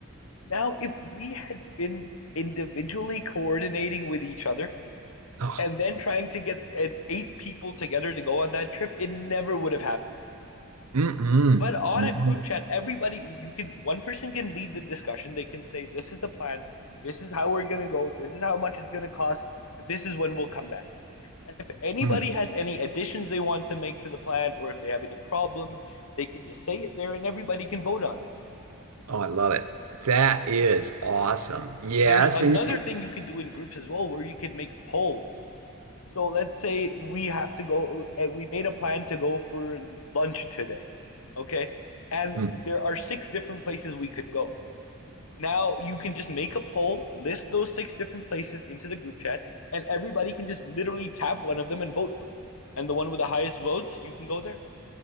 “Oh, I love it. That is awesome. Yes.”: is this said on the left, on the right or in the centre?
Right